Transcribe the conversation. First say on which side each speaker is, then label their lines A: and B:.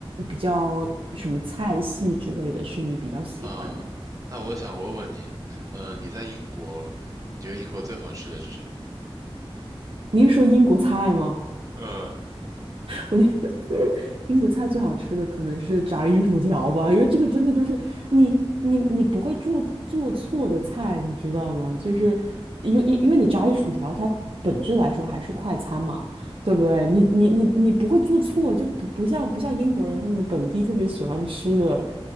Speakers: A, on the right (about 60°); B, on the right (about 35°).
A: 比较什么菜系之类的是你比较喜欢的？
B: 啊，那我想问问你，呃，你在英国，你觉得英国最好吃的是什么？
A: 你是说英国菜吗？
B: 呃，
A: 我觉得 <laughs> 英国菜最好吃的可能是炸鱼薯条吧，因为这个真的就是你你你不会做做错的菜，你知道吗？就是因为因因为你炸鱼薯条它本质来说还是快餐嘛，对不对？你你你你不会做错，就不不像不像英国人他们本地特别喜欢吃的，